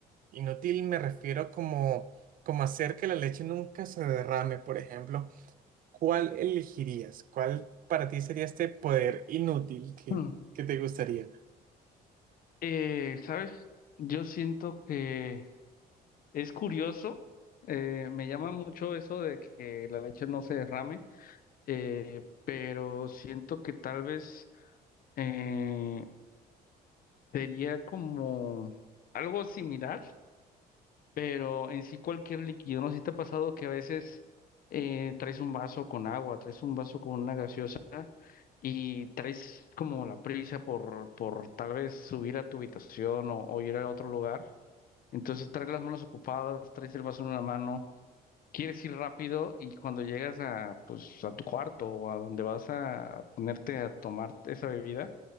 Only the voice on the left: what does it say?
Hmm.
Eh, ¿sabes? Yo siento que es curioso, eh, me llama mucho eso de que la leche no se derrame eh, pero siento que tal vez eh, sería como algo similar, pero en sí cualquier líquido, ¿no? sé Si te ha pasado que a veces eh, traes un vaso con agua, traes un vaso con una gaseosa y traes como la prisa por, por tal vez subir a tu habitación o, o ir a otro lugar. Entonces traes las manos ocupadas, traes el vaso en una mano quieres ir rápido y cuando llegas a, pues, a tu cuarto o a donde vas a ponerte a tomar esa bebida,